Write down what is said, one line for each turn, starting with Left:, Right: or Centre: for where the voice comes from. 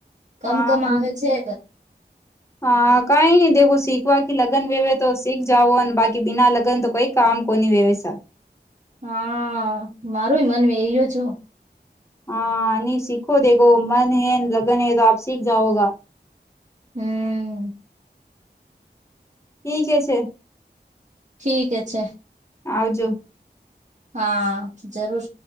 Right: કમ
Left: હા
Right: કમ આવે છે
Left: હા કઈ ન દેખો શીખવા કે લગન વેવે તો શીખ જાઓ અને બાકી બિના લગન તો કોઈ કામ કોને વેવેસા
Right: હા મારું મન એ્યો છો
Left: હા ન સીખો દેખો મન હૈ લગન હૈ તો આપ સીખ જાઓગા
Right: હમ
Left: ઠીકે છે
Right: ઠીક હ છે
Left: આવજો
Right: હા જરૂર